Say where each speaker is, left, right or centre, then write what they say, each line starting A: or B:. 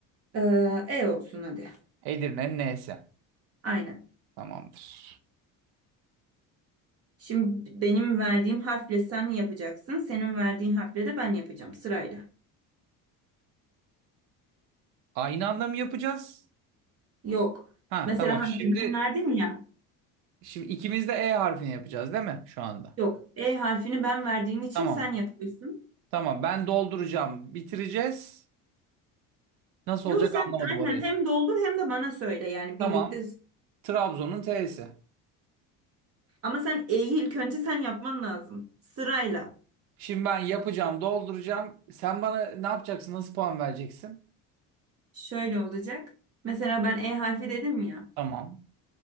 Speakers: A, on the right; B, on the right.
A: Ee, E olsun hadi.
B: Edirne'nin neyse.
A: Aynen.
B: Tamamdır.
A: Şimdi benim verdiğim harfle sen yapacaksın. Senin verdiğin harfle de ben yapacağım sırayla.
B: Aynı anda mı yapacağız?
A: Yok.
B: Ha
A: Mesela
B: tamam.
A: harfi
B: Şimdi
A: ben verdim ya.
B: şimdi ikimiz de E harfini yapacağız değil mi şu anda?
A: Yok. E harfini ben verdiğim için
B: Tamam.
A: sen yapıyorsun.
B: Tamam. Ben dolduracağım. Bitireceğiz. Nasıl
A: Yok
B: olacak
A: sen
B: anlamadım
A: aynen
B: orayı.
A: hem doldur hem de bana söyle yani
B: Tamam.
A: birlikte.
B: Trabzon'un T'si.
A: Ama sen E'yi ilk önce sen yapman lazım. Sırayla.
B: Şimdi ben yapacağım, dolduracağım. Sen bana ne yapacaksın? Nasıl puan vereceksin?
A: Şöyle olacak. Mesela ben E harfi dedim ya.
B: Tamam.